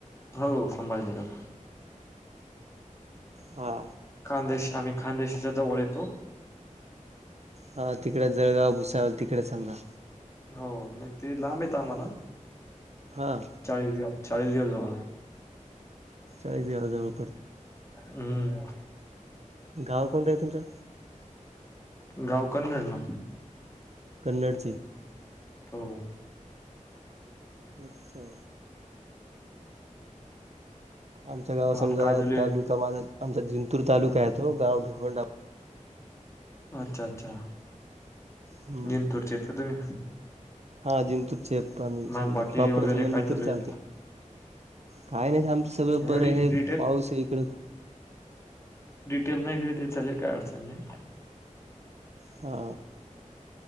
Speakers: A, on the left; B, on the right.
A: हो संभाजीनगर
B: हा
A: खानदेश आम्ही खानदेशच्या जवळ येतो.
B: ह तिकडे जळगाव भुसाळ तिकडे समजा.
A: हो नाही ते लांब येत आम्हाला
B: हा
A: चाळीसगाव चाळीस घ्या जावा
B: चाळीसगावाजवळ
A: हम्म
B: गाव कोणतं आहे तुमच?
A: गाव कन्नड ना
B: कन्नड
A: हो
B: अच्छा आमच्या गाव
A: मग
B: समजा
A: काय झाले
B: तालुका माझा आमचा जिंतूर तालुका आहे तो गाव भिवंडा
A: अच्छा अच्छा.
B: हम्म
A: जिंतूर चे आहेत का तुम्ही
B: हा जिंतूरचे आम्ही
A: मग
B: समजा
A: बाकी
B: प्रॉपरच
A: वगैरे
B: म्हणलं
A: काय चालू
B: तरी चालते.
A: आहे
B: काय नाही आमच सगळं
A: नाही
B: बरं
A: एवढी
B: आहे
A: डिटेल
B: पाऊस आहे इकड
A: तेल नाही तरी ते चालेल काही अडचण नाही.
B: हा